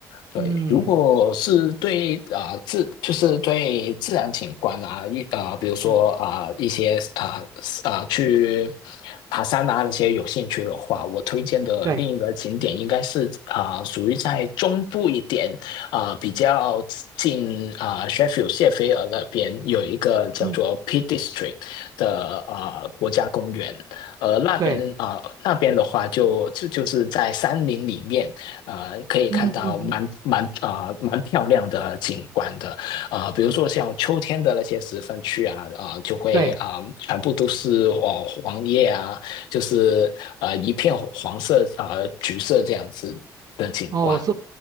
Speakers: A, on the left; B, on the right.
A: 对，
B: 嗯
A: 如果是对啊、呃自就是对自然景观啊，一啊、呃比如说啊、
B: 嗯，
A: 呃一些啊啊、呃去爬山啊那些有兴趣的话，我推荐的另一个景点应该是啊、
B: 对，
A: 呃属于在中部一点啊、呃比较近啊、呃 Sheffield 谢菲尔那边有一个叫做
B: 嗯
A: Peak District 的啊、呃国家公园，呃那边啊、
B: 对，
A: 呃那边的话就就就是在山林里面。呃，可以看到蛮蛮啊、
B: 嗯嗯嗯，
A: 蛮漂亮的景观的，啊、比如说像秋天的那些十分区啊，啊、就会啊、
B: 对，
A: 全部都是哦黄叶啊，就是呃一片黄色啊、橘色这样子的景观，
B: 哦，所